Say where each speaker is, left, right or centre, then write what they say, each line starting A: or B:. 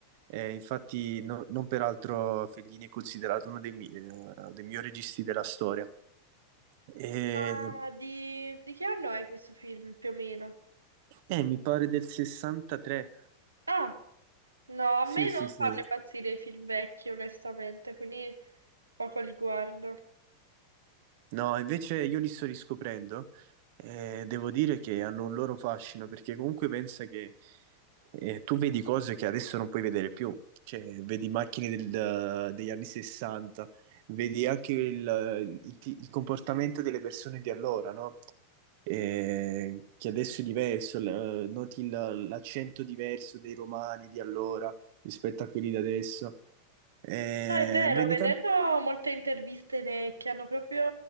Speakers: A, on the right; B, on the right.
A: Eh, infatti, no- non peraltro Fellini è considerato uno dei, mi- eh, dei migliori registi della storia. E,
B: Ma di, di che anno è questo film più o meno?
A: eh, mi pare del 63.
B: Ah, no, a
A: Sì,
B: me
A: sì,
B: non
A: sì.
B: fanno impazzire i film vecchi, onestamente, quindi poco li guardo.
A: No, invece io li sto riscoprendo e devo dire che hanno un loro fascino perché comunque pensa che eh, tu vedi cose che adesso non puoi vedere più. Cioè, vedi macchine del- degli anni 60, vedi anche il, il ti- il comportamento delle persone di allora, no? eh, che adesso è diverso, l- eh, noti il- l'accento diverso dei romani di allora rispetto a quelli di adesso. Eh,
B: No, è vero,
A: vedi
B: vedendo
A: tanti...
B: molte interviste vecchie hanno proprio